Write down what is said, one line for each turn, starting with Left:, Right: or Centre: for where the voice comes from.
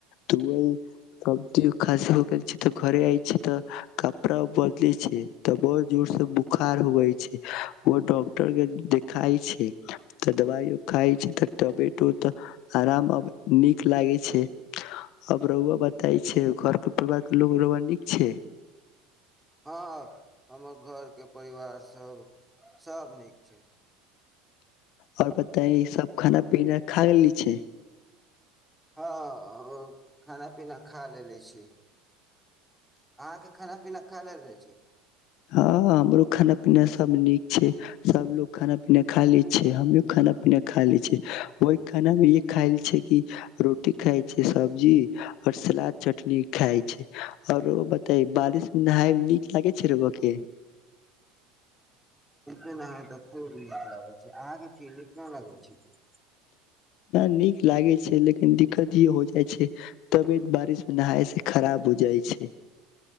Left: तऽ वहि सर्दीर खसी हो गेल छै तऽ घर कपड़ा बदले छै तऽ बहुत जोर से बोखार होवे छै ओ डॉक्टर के देखाई छै तऽ दवाइो खााय छै तबतो त आराम नीक लागे छै अब रऊआ बताई छै घर के लोग न छै
Centre: हँ हमर घरके परिवार सब सब नीक छै
Left: आओर पता सब खाना पीना खा लेली छै
Centre: हँ खाना पीना खा लेलेे छी अहाँके खाना पीना खा लेल रह छी
Left: ह हमरो खाना पीना सब नीक छै सबलोग खाना पीना खा ले छै हम खाना पीना खा ले छै ओहि खाना में ये खाये छै कि रोटी खाय छै सब्जी और सलाद चटनी खाय छै औरो तऽ बारिश नहााय नीक लागे छै र उआ के
Centre: हे न ह त नीक लाग छै अहाँके क निक न लगल छै क
Left: नीक लागे छै लेकिन दिक्कत ई हो जाइ छै तबियत बारिश मे नहााय से खराब हो जाइ छै